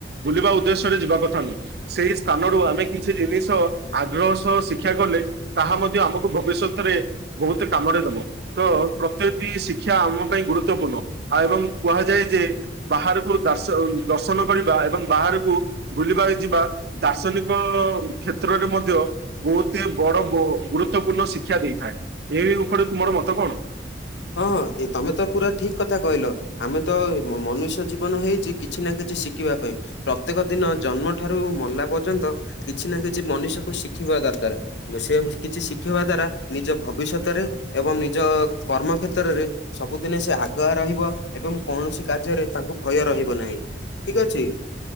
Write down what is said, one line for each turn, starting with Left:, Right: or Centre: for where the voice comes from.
Right: ବୁଲିବା ଉଦ୍ଦେଶ୍ୟରେ ଯିବା କଥା ନୁହେଁ। ସେଇ ସ୍ଥାନରୁୁ ଆମେ କିଛି ଜିନିଷ ଆଗ୍ରହ ସହ ଶିକ୍ଷା କଲେ ତାହା ମଧ୍ୟ ଆମକୁ ଭବିଷ୍ୟତରେ ବୋହୁତୁ କାମରେ ଦବ ତ ପ୍ରତ୍ୟଟି ଶିକ୍ଷା ଆମ ଗୁରୁତ୍ୱପୂର୍ଣ୍ଣ ଏବଂ କୁହାଯାଏ ଯେ ବାହାରକୁ ଦାଶ ଦର୍ଶନ କରିବା ଏବଂ ବାହାରକୁ ବୁଲିବା ଯିବା। ଦାର୍ଶନିକ କ୍ଷେତ୍ରରେ ମଧ୍ୟ। ବହୁତେ ବଡ ଗୋ-ଗୁରୁତପୂର୍ଣ୍ଣ ଶିକ୍ଷା ଦେଇଥାଏ। ଏହି ଉପରେ ତୁମର ମତ କଣ?
Left: ହଁ ହଁ ଏ ତମେ ତ ପୁରା ଠିକ୍ କଥା କହିଲ। ଆମେ ତ ମନୁଷ୍ୟ ଜୀବନ ହେଇଛି କିଛି ନା କିଛି ଶିଖିବା ପାଇଁ। ପ୍ରତ୍ୟେକ ଦିନ ଜନ୍ମ ଠାରୁ ମଲା ପର୍ଯ୍ୟନ୍ତ କିଛି ନା କିଛି ମନୁଷକୁ ଶିଖିବା ଦରକାର୍ ରେ। ସେ କିଛି ଶିଖିବା ଦ୍ଵାରା ନିଜ ଭବିଷ୍ୟତରେ ଏବଂ ନିଜ କର୍ମ କ୍ଷେତ୍ରରରେ ସବୁଦିନେ ସେ ଆଗୁଆ ରହିବ ଏବଂ କୌଣସି କାର୍ଯ୍ୟରେ ତାଙ୍କୁ ଭୟ ରହିବ ନାହିଁ। ଠିକ୍ ଅଛି।